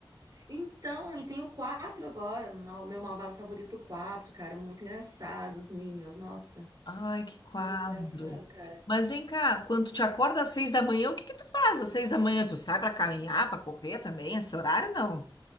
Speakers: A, on the right; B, on the left.
A: Então, e tem o 4 agora, mal- meu malvado favorito quatro cara. Muito engraçado, os Minions, nossa.
B: Ai, que quadro.
A: Muito engraçado, cara.
B: Mas vem cá, quando tu te acorda às seis da manhã, o que que tu faz às seis da manhã? Tu sai pra caminhar, pra correr também? Esse horário, não?